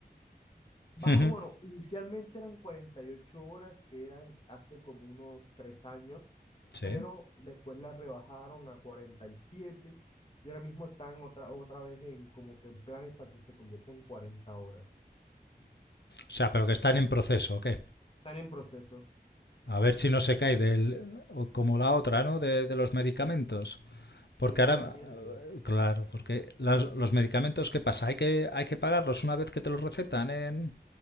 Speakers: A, on the left (about 35°); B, on the left (about 85°).
A: Baja,
B: Ujú.
A: bueno, inicialmente eran 48 horas, que eran hace como unos tres años,
B: Sí.
A: pero después la rebajaron a 47 y siete y ahora mismo están otra, otra vez en como que en planes para que se convierta en 40 horas.
B: O sea, pero que están en proceso, ¿o qué?
A: Están en proceso,
B: A ver si no se cae del, o como la otra, ¿no? De, de los medicamentos. Porque
A: sí, imagínate.
B: ahora, eh, claro, porque los, los medicamentos, ¿qué pasa? ¿Hay que, ¿Hay que pagarlos una vez que te los recetan en